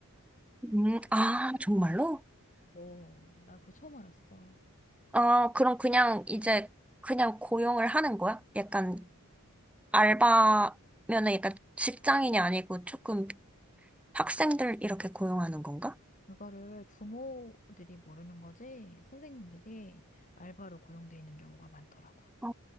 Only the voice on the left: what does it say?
<laughs>
어, 나 그거 처음 알았어.
그거를 부모들이 모르는 거지, 선생님들이 알바로 고용돼 있는 경우가 많더라고.